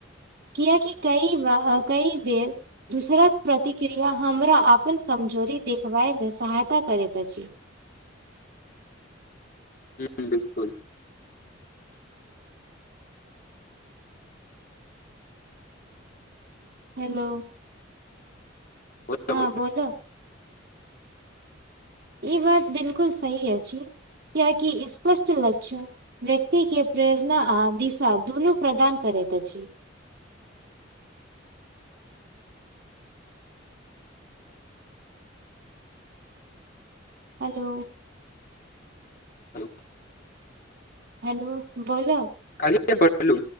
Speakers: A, on the right; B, on the left.
A: कएकि कई ब कई बेर दोसराक प्रतिक्रिया हमरा अपन कमजोरी देखबय मे सहायता करैत अछि।
B: ह बिल्कूल
A: हेलो
B: बोल
A: ह
B: बोल।
A: बोलऽ ई बात बिल्कूल सही अछि। कियाकि स्पष्ट ल्ष्य व्यक्ति प्रेरणा आ दिशा दुनू प्रदान करैत अछि। हेलो।
B: हेलो।
A: हेलो बोला
B: कल पड़ू